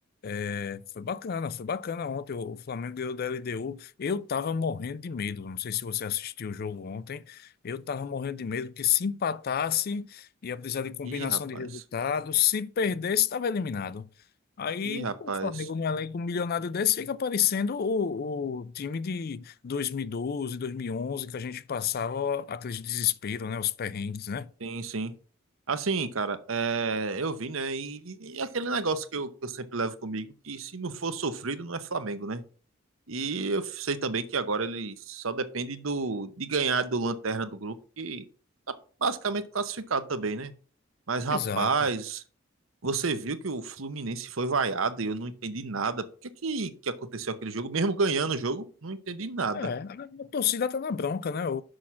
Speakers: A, on the left; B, on the right.
A: É, foi bacana, foi bacana ontem. O Flamengo ganhou da LDU. Eu tava morrendo de medo. Não sei se você assistiu o jogo ontem. Eu tava morrendo de medo que se empatasse, ia precisar de combinação
B: Ih, rapaz.
A: de resultados. Se perdesse, estava eliminado. Aí
B: Ih, rapaz.
A: o Flamengo, no elenco milionário desse, fica parecendo o, o time de 2012, 2011, que a gente passava aquele desespero, né? Os perrengues, né?
B: Sim, sim. Assim, cara, é, eu vi, né? E, e aquele negócio que eu, que eu sempre levo comigo, que se não for sofrido, não é Flamengo, né? E eu sei também que agora ele só depende do, de ganhar do Lanterna do grupo, que tá basicamente classificado também, né? Mas, rapaz,
A: Exato.
B: você viu que o Fluminense foi vaiado e eu não entendi nada. Por que que, que aconteceu aquele jogo? Mesmo ganhando o jogo, não entendi nada.
A: É, a, a torcida tá na bronca, né? O,